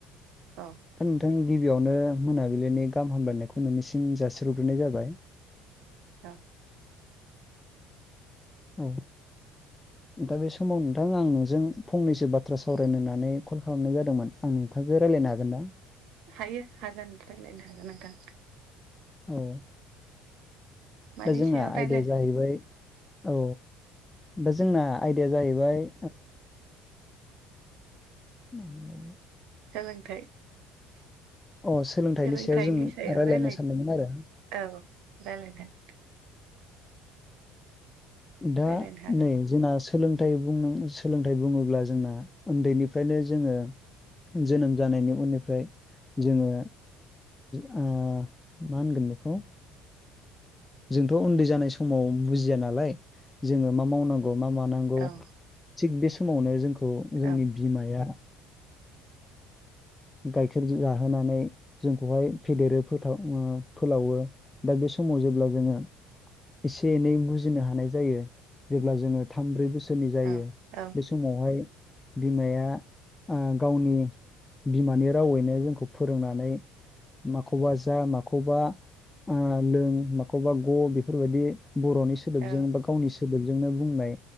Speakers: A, on the right; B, on the left.
A: औ
B: दा नोंथां
A: दे
B: गिबियावनो मोनाबिलिनि गाहाम हामलायनायखौ नोंनिसिम जासिहरग्रोनाय जाबाय
A: औ
B: औ दा बे समावनो नोंथां आं नोंजों फंनैसो बाथ्रा सावरायनोनानै कल खालामनाय जादोंमोन आं नोंथांजों रायज्लायनो हागोन ना
A: हायो हागोन रायलायनो हागोन नोंथां
B: औ
A: मानि
B: दा जोंना
A: सायाव
B: आयदाया
A: रायज्लायनो
B: जाहैबाय औ, दा जोंना आयदाया जाहैबाय <unintelligible>
A: <unintelligible>
B: ओ अ
A: सोलोंथाइनि
B: सायाव जों
A: सायाव
B: रायलायनो
A: रायलाय
B: सानदोंमोन आरो
A: औ रायलायनो
B: दा
A: रायज्लायनो हागोन
B: नै जोंना सोलोंथाइ बुं सोलोंथाइ बुङोब्ला जोंना उन्दैनिफ्रायनो जोङो जोनोम जानायनि उननिफ्राय जोङो मा होनगोन बेखौ जोंथ' उन्दै जानाय समाव बुजिया नालाय। जोङो मा मावनांगौ मा मानांगौ
A: औ
B: थिग बे समावनो जोंखौ जोंनि
A: औ
B: बिमाया गाइखेर जाहोनानै जोंखौहाय फेदेरो फथाव ओ फोलावो। दा बे समाव जेब्ला जोङो एसे एनै बुजिनो हानाय जायो। जेब्ला जोङो थाम, ब्रै बोसोरनि जायो।
A: औ औ
B: बे समावहाय बिमाया ओ गावनि बिमानि रावैनो जोंखौ फोरोंनानै माखौबा जा माखौबा अ लों माखौबा ग' बेफोरबायदि बर'नि सोदोबजों
A: औ
B: बा गावनि सोदोबजोंनो बुंनाय